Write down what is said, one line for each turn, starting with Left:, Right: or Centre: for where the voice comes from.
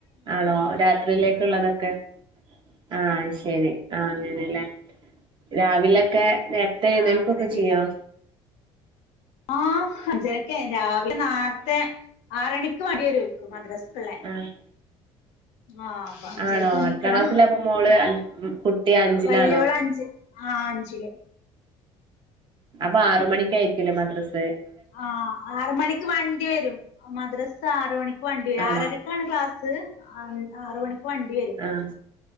Right: ആണോ രാത്രിയിലേക്ക് ള്ളതൊക്കെ ആഹ് ശരി ആഹ് അങ്ങനെയല്ലേ രാവിലൊക്കെ നേരത്തെ എഴുന്നേൽക്കുവൊക്കെ
Left: ആഹ് അങ്ങനെ ചെയ്യാ
Right: ചെയ്യോ
Left: ആഹ് അഞ്ചരക്കേ രാവിലെ നാര്ത്തെ ആറണിക്ക് വണ്ടിയരും മദ്രസക്ക്ള്ളേ
Right: ആഹ്
Left: ആഹ് പാ അഞ്ചരക്കെണീക്കണം
Right: ആണോ എത്രാം ക്ലാസ്സിലാപ്പൊ മോള്
Left: ആഹ്
Right: അൻ ഉം കുട്ടി അഞ്ചിലാണോ
Left: അഹ് വല്ല്യോളഞ്ച് ആഹ് അഞ്ചില്
Right: അപ്പാ ആറ് മണിക്കായിരിക്കുല്ലേ മദ്രസേ
Left: ആഹ് ആറ് മണിക്ക് വണ്ടി വരും മദ്രസ ആറ് മണിക്ക് വണ്ടി വരും
Right: ആണോ
Left: ആറരക്ക് ക്കാണ് ക്ലാസ് അൻ ആറ് മണിക്ക് വണ്ടി വരും
Right: ആഹ്